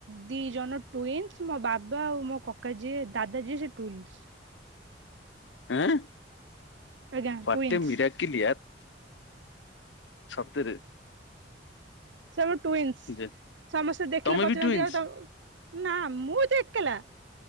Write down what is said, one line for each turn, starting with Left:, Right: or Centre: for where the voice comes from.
Right: ଦି ଜଣ ଟୁଇନ୍ସ, ମୋ ବାବା ଆଉ ମୋ କକା କା ଯିଏ ଦାଦା ଯିଏ ସେ ଟୁଇନ୍ସ।
Left: ଆଁ,
Right: ଆଜ୍ଞା
Left: ହ୍ୱାଟେ
Right: ଟୁଇନ୍ସ
Left: ମୀରାକିଲ୍ ୟାର୍। ସତରେ।
Right: ଛୁଆବେଳୁ ଟୁଇନ୍ସ,
Left: ଯେ
Right: ସମସ୍ତେ ଦେଖିଲେ
Left: ତମେ
Right: ପଚାରନ୍ତି
Left: ବି ଟୁଇନ୍ସ
Right: ଆଉ ତାଙ୍କୁ ନା ମୁଁ ଏତେ ଏକେଲା।